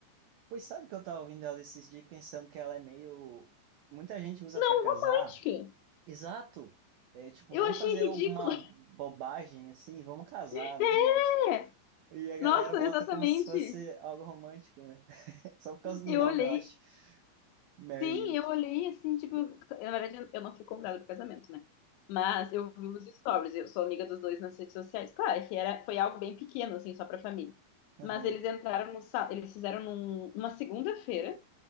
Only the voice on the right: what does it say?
Pois sabe que eu tava ouvindo ela esses dias e pensando que ela é meio. Muita gente usa
pra casar.
Exato. É, tipo,
vamos
fazer alguma
bobagem assim, vamos casar,
né? Tipo,
e a galera
bota
como se fosse algo romântico, né? <laughs> Só por causa do
nome,
eu acho. Marry
you.
Tipo,
deu.
Aham.